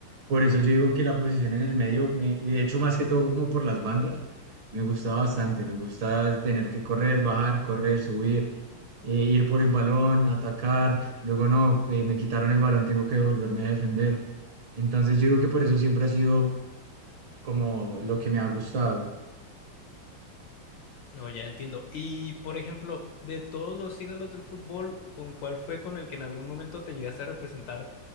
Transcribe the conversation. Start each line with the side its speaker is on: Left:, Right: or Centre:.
Right: por eso yo digo que la posición en el medio, me, y de hecho más que todo como por las bandas, me gusta bastante, me gusta tener que correr, bajar, correr, subir, eh, ir por el balón, atacar, luego no, eh, me quitaron el balón, tengo que volverme a defender. Entonces yo digo que por eso siempre ha sido como lo que me ha gustado.
Left: No, ya entiendo. Y, por ejemplo, de todos los ídolos del fútbol, ¿con cuál fue con el que en algún momento te llegaste a representar